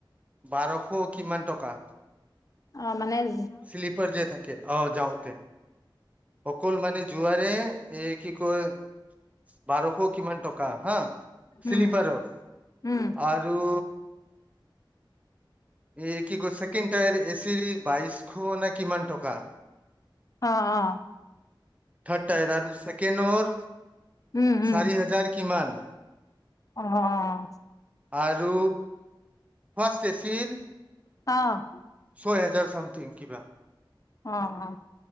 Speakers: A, on the right; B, on the left.
A: বাৰশ কিমান টকা।
B: অ', মানেজ
A: শ্লিপাৰ যে থাকে, অ', যাওঁতে অকল মানে যোৱাৰে, এই কি কয় বাৰশ কিমান টকা হা, শ্লিপাৰৰ,
B: উম উম
A: আৰ আৰু এই কি কৈছে, ছেকেণ্ড টায়াৰ এচিৰ বাইশ নে কিমান টকা।
B: অ', অ'।
A: থাৰ্ড টায়াৰা, ছেকেণ্ডৰ
B: উম উম
A: চাৰি হাজাৰ কিমান।
B: অ', অ'।
A: আৰু ফাষ্ট এচিৰ
B: অ'।
A: ছয় হেজাৰ চামথিং কিবা,
B: অ অ